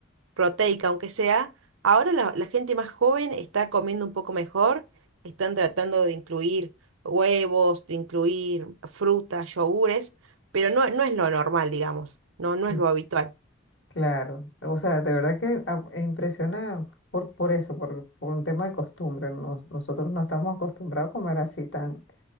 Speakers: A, on the right (about 80°); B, on the left (about 60°).
A: proteica, aunque sea. Ahora la, la gente más joven está comiendo un poco mejor, están tratando de incluir huevos, de incluir frutas, yogures, pero no, no es lo normal, digamos. No, no
B: Mm,
A: es lo habitual.
B: Claro, o sea, de verdad que ah, eh, impresiona por, por eso, por, por un tema de costumbre. Nos- nosotros no estamos acostumbrados a comer así tan.